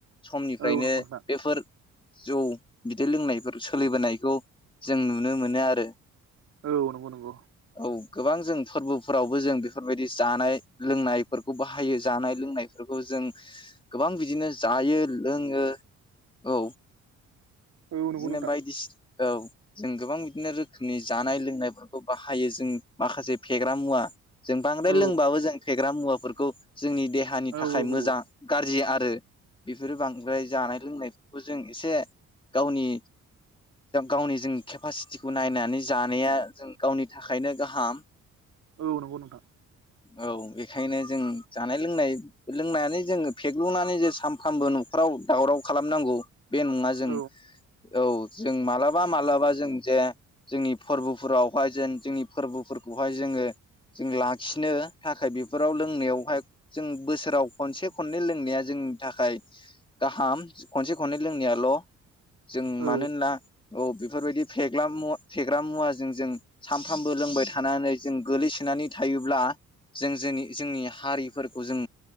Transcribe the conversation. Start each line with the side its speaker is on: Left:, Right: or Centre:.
Left: समनिफ्रायनो
Right: औ नंगौ नोंथां
Left: बेफोर जौ बिदै लोंनायफोर सोलिबोनायखौ जों नुनो मोनो आरो
Right: औ नंगौ नंगौ
Left: औ गोबां जों फोरबोफोरावबो जों बेफोरबायदि जानाय लोंनायफोरखौ बाहायो जानाय लोंनायफोरखौ जों गोबां बिदिनो जायो लोङो। औ
Right: औ नंगौ
Left: इदिनो
Right: नोंथां
Left: बायदिसि औ जों गोबां बिदिनो रोखोमनि जानाय लोंनायफोरखौ बाहायो जों माखासे फेग्रा मुवा जों बांद्राय
Right: औ
Left: लोंबाबो जों फेग्रा मुवा फोरखौ जोंनि देहानि
Right: औ
Left: थाखाय
Right: औ
Left: मोजा गाज्रि आ रो बेफोरो बांद्राय जानाय लोंनायफोरखौ जों एसे गावनि गावनि जों केपासिटि खौ नायनानै जानाया जों गावनि थाखायनो गाहाम।
Right: औ नंगौ नोंथां
Left: औ बेखायनो जों जानाय लोंनाय लोंनानै जोङो फेग्लुंनानै जे सानफ्रामबो नखराव दावराव खालामनांगौ बे नङा जों
Right: औ
Left: औ जों मालाबा माला बा जों जे जोंनि फोरबोफोरावहाय जेन जोंनि फोरबोफोरखौहाय जोङो जों लाखिनो थाखाय बेफोराव लोंनायावहाय जों बोसोराव खनसे खननै लोंनाया जोंनि थाखाय गाहाम खनसे खननै लोंनायाल जों
Right: औ
Left: मानो होन्ना औ बेफोरबायदि फेग्ला मुवा फेग्रा मुवाजों जों सानफ्रामबो लोंबाय थानानै जों गोलैसोनानै थायोब्ला जों जोंनि-जोंनि हारि फोरखौ जों